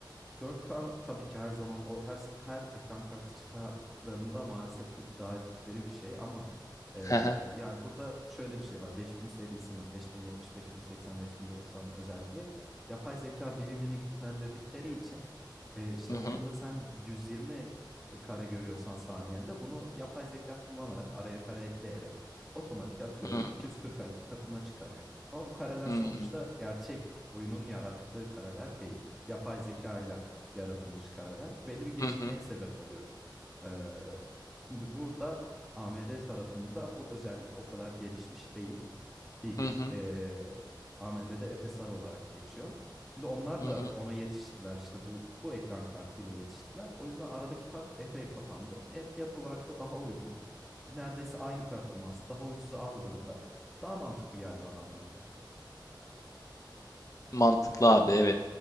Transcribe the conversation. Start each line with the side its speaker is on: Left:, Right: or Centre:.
Centre: Dört k tabii ki her zaman o her her ekran kartı çıkarttıklarında maalesef iddia ettikleri bir şey ama, eee,
Left: <laughs>
Centre: yani, burada şöyle bir şey var. 5000 serisinin 5070, 5080, 5090'ın özelliği yapay zeka birimini güçlendirdikleri için, eee, işte,
Left: Hı
Centre: oyunda
Left: hı.
Centre: sen 120 kare görüyorsan saniyede bunu yapay zeka kullanarak araya kare ekleyerek otomatik atıyorum
Left: Hı hı.
Centre: 240'a 2 katına çıkarıyor. Ama bu kareler
Left: Hı
Centre: sonuçta
Left: hı.
Centre: gerçek oyunun yarattığı kareler değil. Yapay zekâyla yaratılmış kareler belli bir gecikmeye
Left: Hı hı. Hı hı.
Centre: sebep oluyor. Eee, şimdi burada AMD tarafında bu özellik o kadar gelişmiş değildi.
Left: Hı hı.
Centre: Eee, AMD'de FSR olarak geçiyor. Şimdi onlar
Left: Hı
Centre: da
Left: hı.
Centre: ona yetiştiler. İşte bu bu ekran kartıyla yetiştiler. O yüzden aradaki fark epey kapandı. E, fiyat olarak da daha uygun. Neredeyse aynı performans. Daha ucuza aldığında daha mantıklı geldi bana AMD.
Left: Mantıklı abi evet.